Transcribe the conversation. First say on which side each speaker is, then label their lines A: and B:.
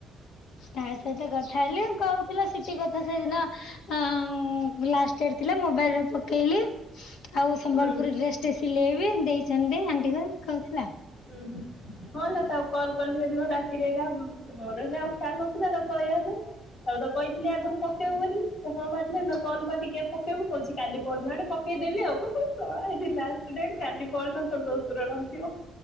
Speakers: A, on the left; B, on the left.
A: ତା ସହିତ କଥା ହେଲି କହୁଥିଲା ସିଟି କଥା ସେଦିନ ଆଁ ଲାଷ୍ଟ ଇୟର ଥିଲା। ମୋବାଇଲରେ ପକେଇଲି ଆଉ
B: ହୁଁ
A: ସମ୍ବଲପୁରି ଡେସ ଟେ ସିଲେଇବ ଦେଇ ସେମତି ଆଣ୍ଟି କୁ କହୁଥିଲା
B: ଉୁଁ ହୁଁ ହଁ ଲୋ ତ କଲ୍ କଲି ସେଦିନ ରାତିରେକା ମୋର ହେଲା ଆଉ ଖ୍ୟାଲ ନଥିଲା ତାକୁ କହିବାପାଇଁ ତାକୁ ତ କହିଥିଲେ ଆଗରୁ ପକେଇବୁ ବୋଲି ସେ ହଁ ମାରଥିଲା ସେଦିନ କଲ କଲି ପକେଇବୁ କହୁଛି କାଲି ପର ଦିନ ଆଡେ ପକେଇଦେବି ଆଉ ହୁଁ ସଳା ଲାଷ୍ଟ ଡେଟ କାଲି ପରଦିନ ପ ତୋ ସୁର <unintelligible>